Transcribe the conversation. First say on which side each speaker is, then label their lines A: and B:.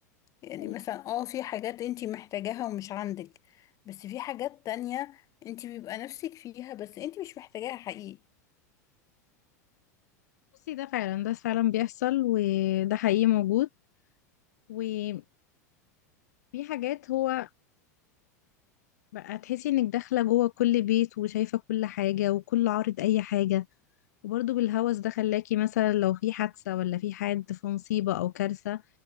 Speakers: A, on the left; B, on the left.
A: يعني
B: حقيقي
A: مثلا
B: صح.
A: اه في حاجات انت محتاجاها ومش عندك بس في حاجات تانية انت بيبقى نفسك فيها بس انت مش محتاجاها حقيقي
B: بصي ده فعلا ده فعلا بيحصل وده حقيقي موجود وفي حاجات هو بقى تحسي انك داخلة جوه كل بيت وشايفة كل حاجة وكل عارض اي حاجة وبرضه بالهوس ده خلاكي مثلا لو في حادثة ولا في حد في مصيبة او كارثة